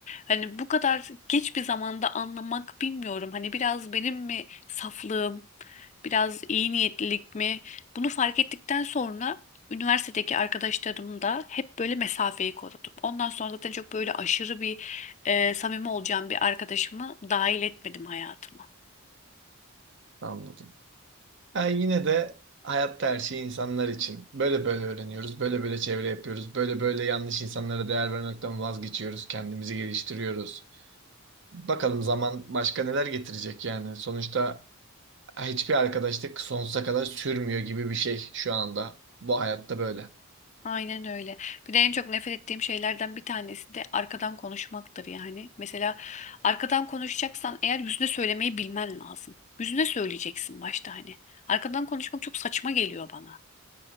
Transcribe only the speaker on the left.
Hani bu kadar geç bir zamanda anlamak bilmiyorum. Hani biraz benim mi saflığım, biraz iyi niyetlilik mi? Bunu fark ettikten sonra üniversitedeki arkadaşlarım da hep böyle mesafeyi korudum. Ondan sonra zaten çok böyle aşırı bir e, samimi olacağım bir arkadaşımı dahil etmedim hayatıma.
Aynen öyle. Bir de en çok nefret ettiğim şeylerden bir tanesi de arkadan konuşmaktır yani. Mesela arkadan konuşacaksan eğer yüzüne söylemeyi bilmen lazım. Yüzüne söyleyeceksin başta hani. Arkadan konuşmak çok saçma geliyor bana.